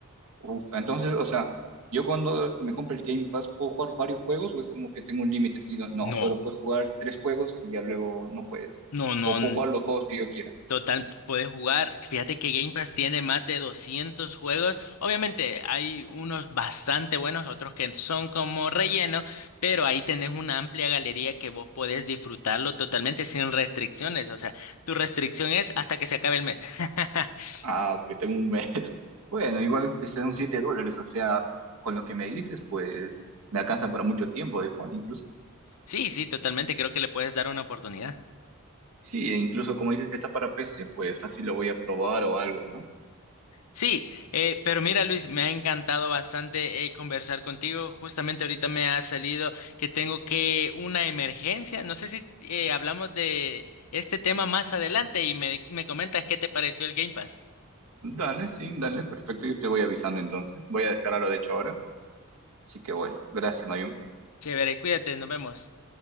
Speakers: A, on the right; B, on the left.
A: Uf, entonces, o sea, yo cuando me compro el Game Pass, ¿puedo jugar varios juegos o es como que tengo un límite así? No, no,
B: No,
A: solo puedes jugar tres juegos y ya luego no puedes.
B: no, no.
A: O puedo jugar los juegos que yo quiera.
B: Total, puedes jugar. Fíjate que Game Pass tiene más de 200 juegos. Obviamente hay unos bastante buenos, otros que son como relleno, pero ahí tenés una amplia galería que vos podés disfrutarlo totalmente sin restricciones. O sea, tu restricción es hasta que se acabe el mes. <laughs>
A: Ah, ok, tengo un mes. <laughs> Bueno, igual son 7 dólares, o sea, con lo que me dices, pues me alcanza para mucho tiempo de Juan, incluso.
B: Sí, sí, totalmente. Creo que le puedes dar una oportunidad.
A: Sí, e incluso como dices que está para PC, pues fácil lo voy a probar o algo, ¿no?
B: Sí, eh, pero mira Luis, me ha encantado bastante eh, conversar contigo. Justamente ahorita me ha salido que tengo que una emergencia. No sé si eh, hablamos de este tema más adelante y me, me comentas qué te pareció el Game Pass.
A: Dale, sí, dale, perfecto, yo te voy avisando entonces. Voy a descargarlo, de hecho, ahora. Así que bueno, gracias, Mayun.
B: Chévere, cuídate, nos vemos.